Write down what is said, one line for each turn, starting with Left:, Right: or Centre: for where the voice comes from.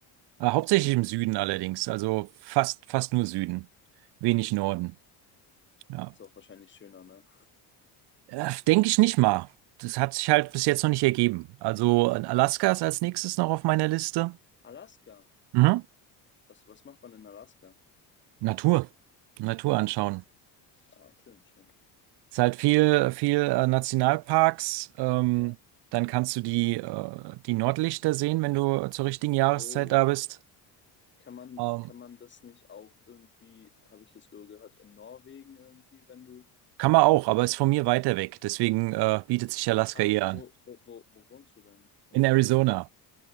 Right: Äh, hauptsächlich
Left: Mhm.
Right: im Süden allerdings, also fast, fast nur Süden, wenig Norden. Ja.
Left: Ist auch wahrscheinlich schöner, ne?
Right: Äh, denke ich nicht mal. Das hat sich halt bis jetzt noch nicht ergeben. Also äh, Alaska ist als nächstes noch auf meiner Liste.
Left: Alaska.
Right: Mhm.
Left: Was, was macht man in Alaska?
Right: Natur, Natur anschauen.
Left: Ah, schön, schön.
Right: Ist halt viel, viel äh, Nationalparks. Ähm,
Left: Ja.
Right: dann kannst du die, äh, die Nordlichter sehen, wenn du zur richtigen Jahreszeit
Left: Oh,
Right: da bist.
Left: kann man,
Right: Ähm,
Left: kann man das nicht auch irgendwie, habe ich jetzt ge- gehört, in Norwegen irgendwie, wenn du.
Right: Kann man auch, aber ist von mir weiter weg. Deswegen äh, bietet sich Alaska
Left: Ah,
Right: eher an.
Left: wo, wo, wo, wo wohnst du denn, wenn
Right: In
Left: man
Right: Arizona,
Left: fragen darf?